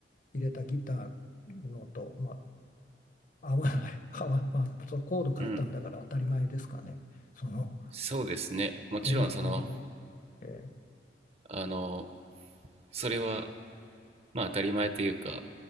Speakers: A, on the left; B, on the right.
A: 入れたギターのと、まあ、合わない、<laughs> 合わ、まあ、そうコード変えたんだから当たり前ですかね。
B: うん
A: その、
B: そうですねもちろんその
A: 全然合わない。え
B: あのそれはまあ当たり前というか